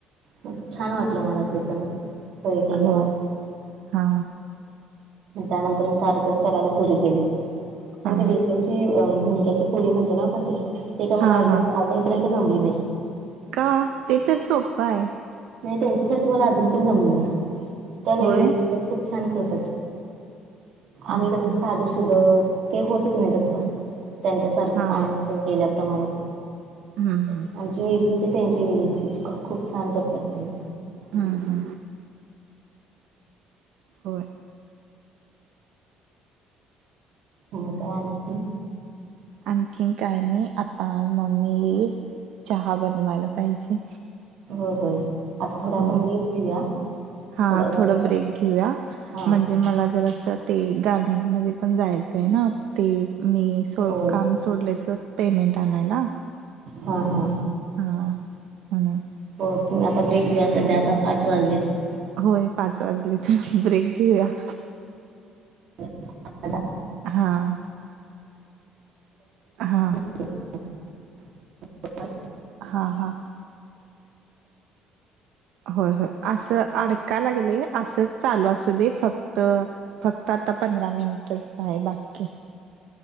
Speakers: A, on the right; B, on the right.
A: म छान वाटलं मला ते पण खय केल्यावर
B: हो हा
A: त्यानंतर मी सारखंच करायला सुरु केली,
B: हा
A: आणि ती बऽ त्यांची झुणक्याची पुळी म्हणतो ना आपण ते, ते काय मला
B: हा
A: आजून,
B: हा
A: अजूनपर्यंत जमली नाही.
B: का, ते तर सोप्पं आहे.
A: नाही त्यांच्यासारखी मला अजून पण जमली नाही, त्या वेगळेचऽ
B: होय
A: खूप छान खेळतात,
B: हा
A: आम्ही कसं
B: हा
A: साधूसुध, ते होतच नाही तस त
B: हा
A: त्यांच्यासारखं
B: हा
A: सांगितलं केल्याप्रमाणे
B: हूं हूं
A: म्हणजे <unintelligible> खूप छान करतात तेनी
B: हा हा होय
A: हो काय आणखीन
B: आणखीन काही नी आता मम्मी येईल चहा बनवायला पाहिजे.
A: हो हो, आता थोडा आपण
B: हो
A: ब्रेक घेऊया.
B: हा,
A: थोड्या वेळाने
B: थोडं ब्रेक
A: आपण
B: घेऊया,
A: हा
B: म्हणजे मला जरास ते गारमेंटमध्ये पण जायचंय ना, ते, मी सो
A: हो
B: काम सोडल्याचं पेमेंट आणायला.
A: हो हो
B: हां म्हणून
A: हो, तुम्ही आता ब्रेक घेवुया, सध्या आता पाच वाजलेत.
B: होय, पाच वाजलेत, ब्रेक घेऊया.
A: <unintelligible>
B: हां, हा,
A: <unintelligible>
B: हा, हा, होय होय, असं अडका लागलय, असच चालू असू दे फक्त फक्त आता पंधरा मिनिटच हाय बाकी